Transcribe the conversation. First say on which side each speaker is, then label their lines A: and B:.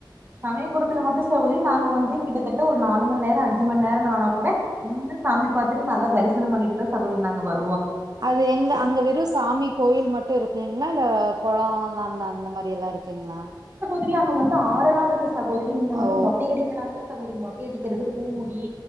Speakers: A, on the right (about 25°); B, on the right (about 55°).
A: சமயபுரத்துல மட்டு சகோதரி நாங்க வந்து கிட்டத்தட்ட ஒரு நாலு மண் நேர அஞ்சு மண் நேரன் ஆனா கூட நின்னு சாமி பாத்துட்டு நல்லா தரிசனம் பண்ணிட்டு தா சகோதரி நாங்க வரு
B: அது எங்க அங்க வெறு சாமி கோயில் மட் ட்டு இருக்குங்ளா இல்ல கொளோ அந்தந்த அந்த மாரி எல்லா இருக் க்கிங்ளா
A: திரி அங்க வந்து ஆறெல்லா இருக்கு ஸ் சகோதரி நீங்க வந்து
B: ஓ
A: மொட்டை அடிக்கிறாங்க இல்ல சகோதரி மொட்டை அடிக்கிறது பூ முடி